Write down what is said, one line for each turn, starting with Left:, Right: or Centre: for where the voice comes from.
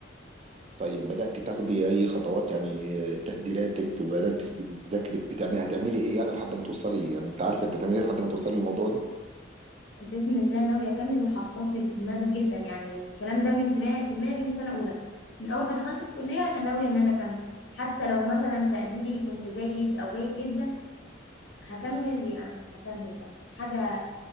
Right: طيب بدأت تاخدي أي خطوات يعني آه، تقديراتك بدأت تذاكري بتعملي هتعملي إيه يعني لحد ما توصلي يعني أنت عارفة أنت هتعملي إيه لحد ما توصلي للموضوع ده
Left: باذن الله ناويه اكمل وحاطاه في دماغي جدا يعني الكلام ده من دماغي في دماغي من سنه اولى من اول ما دخلت الكليه انا ناويه ان انا اكمل حتى لو مثلا تقديري كنت جيد او جيد جدا هكمل يعني هكمل يعني حاجه